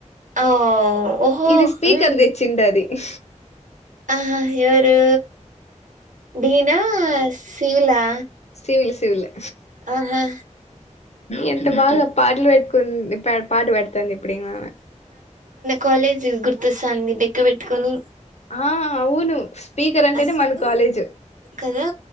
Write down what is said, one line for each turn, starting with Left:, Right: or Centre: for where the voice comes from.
Right: ఓ ఓహో
Left: ఇది స్పీకర్ది
Right: ఉమ్
Left: ఇచ్చిండాది ఇ
Right: ఆహా ఎవరు డీనా సివిలా
Left: సివల్ సివిలే
Right: ఆహా
Left: ఎంత బాగా పాటలు పెట్కుంది ఇప్ప పాటు పెడుతాంది ఇప్పుడిను
Right: కాలేజీ గుర్తొస్తాంది డెక్క పెట్టుకొని
Left: ఆ అవును స్పీకర్ అంటేనే
Right: అసలు
Left: మన కాలేజ్
Right: కదా